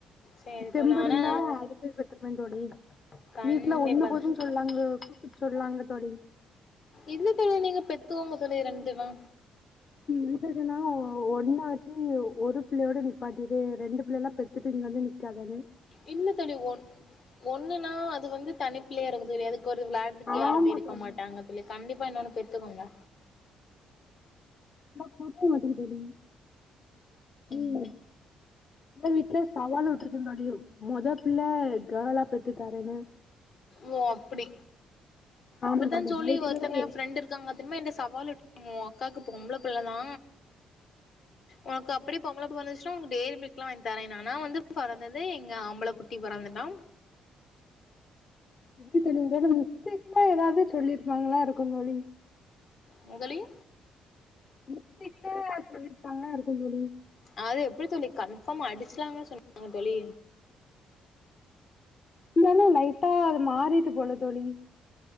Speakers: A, on the left; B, on the left.
A: சேரி
B: தெம்பு
A: தோழி
B: இருந்தா
A: ஆனா
B: அடுத்து பெத்துப்பே தோழி
A: கண்டிப்பா
B: வீட்டுல ஒண்ணு போதுன்னு சொல்லாங்லோ சொல்லாங்க தோழி
A: இல்ல தோழி நீங்க பெத்துகோங்க தோழி ரெண்டு தா
B: ரிசனா ஒன்னாச்சு ஒரு பிள்ளயோட நிப்பாட்டிடு ரெண்டு பிள்ளை எல்லா பெத்துட்டு இங்க வந்து நிக்காதானு
A: இல்ல தோழி ஒன் ஒண்ணுனா அதுக்கு வந்து தனி பிள்ளயா இருக்க தெரியாது ஒரு விளாடதுக்கு யாரும்மே
B: ஆமா
A: இருக்க
B: தோழி
A: மாட்டாங்க தொழி கண்டிப்பா இன்னொன்னு பெத்துகோங்க
B: பத்த மாட்டுக்கு தோழி உம் உங்க வீட்ல சவால் விட்டுக்றதுனாலயோ மொத பிள்ள கெலா பெத்து தாரனு
A: ஓ அப்டி
B: ஆமா
A: இப்டித்தா
B: தோழி
A: சோலி
B: டைரிலலா
A: ஒருத்தங்க என் ஃப்ரெண்ட் இருக்காங்க திரும்ப என் சவால் விட் டோங் ஒங் அக்காக்கு பொம்பள புள்ளதா உனக்கு அப்டி பொம்பள பொறந் ன்ச்சுனா உனக் டெரி மில்க்லா வாங்கி தரேனு ஆனா வந்து பொறந்தது எங்க ஆம்பள குட்டி பொறந்துட்டா
B: எப்டி தெரியு மிஸ்டேக்லா ஏதாவது சொல்லிருப்பாங்களா இருக்க மோழி
A: முகலிங்
B: மிஷ்டேக்ல சொல்லிருப்பாங்களா இருக்கு தொழி
A: அது எப்டி தோழி கன்ஃபார்ம் அடிச்சிலாங் னு சொன்னாங் தோழி
B: இருந்தாலு லைட்டா அது மாறிட்டு போல தோழி